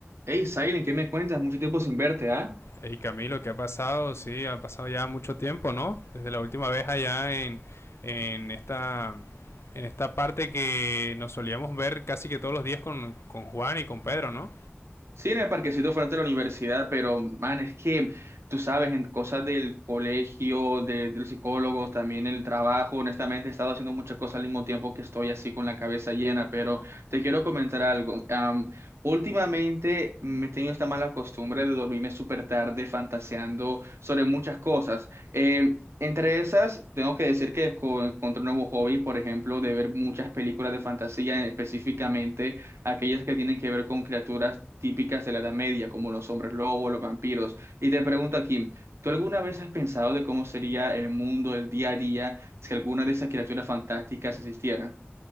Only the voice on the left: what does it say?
Hey Camilo, ¿qué ha pasado? Sí, ha pasado ya mucho tiempo, ¿no? Desde la última vez allá en, en esta en esta parte que nos solíamos ver casi que todos los días con, con Juan y con Pedro, ¿no?